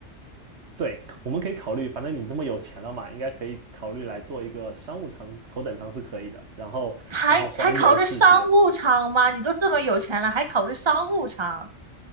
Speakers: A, on the right; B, on the right.
A: 对，我们可以考虑，反正你那么有钱了嘛，应该可以考虑来做一个商务舱、头等舱是可以的。然后，
B: 才才考虑商务舱吗？
A: 然后环游世界
B: 你都这么有钱了，还考虑商务舱？